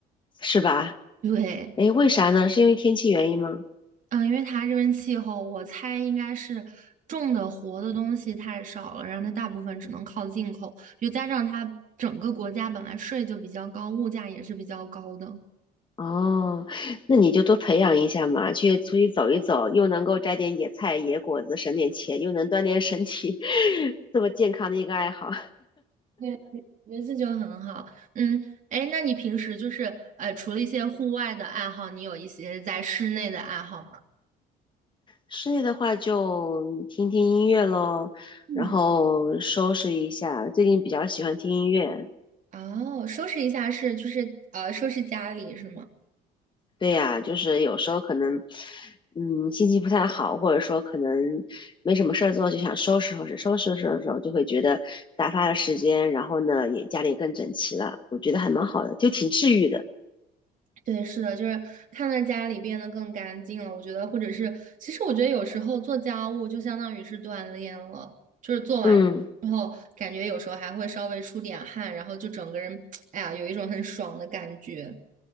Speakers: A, on the left; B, on the right.
A: 是吧？
B: 对，
A: 诶，为啥呢？是因为天气原因吗？
B: 嗯，因为它这边气候，我猜应该是种的活的东西太少了，然后它大部分只能靠进口，又加上它整个国家本来税就比较高，物价也是比较高的。
A: 哦，那你就多培养一下嘛，去出去走一走，又能够摘点野菜、野果子，省点钱，又能锻炼身体，<laughs> 这么健康的一个爱好。
B: 对，对我觉得这就很好。嗯，哎，那你平时就是呃，除了一些户外的爱好，你有一些在室内的爱好吗？
A: 室内的话就听听音乐喽，
B: 嗯，
A: 然后收拾一下。最近比较喜欢听音乐，
B: 哦，收拾一下是就是呃，收拾家里是吗？
A: 对呀，就是有时候可能，嗯，心情不太好，或者说可能没什么事儿做，就想收拾收拾，收拾收拾收拾，就会觉得打发了时间，然后呢，也家里更整齐了，我觉得还蛮好的，就挺治愈的。
B: 对，是的，就是看到家里变得更干净了，我觉得，或者是，其实我觉得有时候做家务就相当于是锻炼了，就是做完之后，
A: 嗯，
B: 感觉有时候还会稍微出点汗，然后就整个人，哎呀，有一种很爽的感觉。